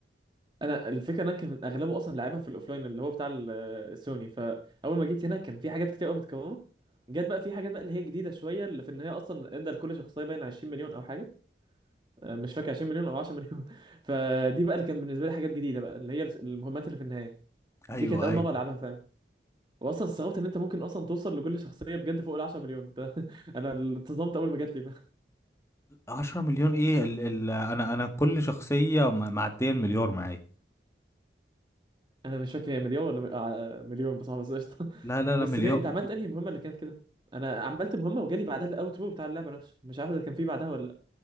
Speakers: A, on the right (about 25°); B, on the left (about 15°).
A: انا الفكره إن انا كان اغلبه اصلا لعبها في الاوفلاين اللي هو بتاع ال- السوني فاول ما جيت هنا كان في حاجات كتير قوي متكرره جت بقى في حاجات بقى اللي هي جديده شويه اللي في ان هي اصلا ادى لكل شخصيه باين 20 مليون او حاجه آه، مش فاكر 20 مليون او 10 مليون <laughs> فدي بقى اللي كان بالنسبه لي حاجات جديده بقى اللي هي المهمات اللي في النهايه
B: ايوه
A: دي كانت اول
B: ايوه
A: مره العبها فاهم واصلا استغربت ان انت ممكن اصلا توصل لكل شخصيه بجد فوق ال 10 مليون <laughs> أنت- انا اتصدمت اول ما جات لي
B: عشرة مليون ايه ال ال انا انا كل شخصيه م- معديه المليار معايا
A: انا مش فاكر هي مليون ولا م- آه، آه، مليون بصراحه بس قشطه
B: لا
A: <laughs>
B: لا لا
A: بس
B: مليار
A: ليه انت عملت انهي مهمه اللي كانت كده انا عملت مهمه وجالي بعدها الاوترو بتاع اللعبه نفسه مش عارف اذا كان في بعدها ولا لا